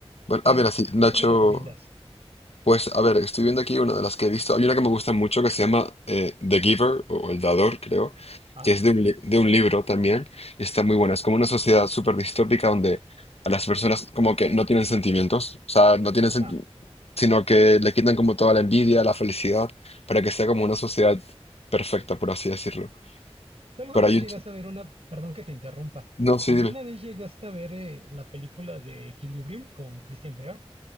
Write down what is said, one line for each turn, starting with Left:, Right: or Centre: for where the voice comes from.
Left: Bueno,
Right: Eh,
Left: ah, mira, sí, Nacho.
Right: ¿tú qué me recomiendas?
Left: Pues, a ver, estoy viendo aquí una de las que he visto. Hay una que me gusta mucho que se llama eh, The Giver o El Dador, creo,
Right: Ajá,
Left: que es de un, li- de un libro también. y está muy buena. Es como una sociedad súper distópica donde a las personas como que no tienen sentimientos, o sea, no tienen
Right: ajá.
Left: sen- sino que le quitan como toda la envidia, la felicidad, para que sea como una sociedad perfecta, por así decirlo.
Right: ¿Tú alguna
Left: Pero
Right: vez
Left: hay un...
Right: llegaste a ver una, perdón que te interrumpa,
Left: No, sí,
Right: ¿alguna
Left: dime.
Right: vez llegaste a ver eh, la película de Equilibrium con Christian Bale?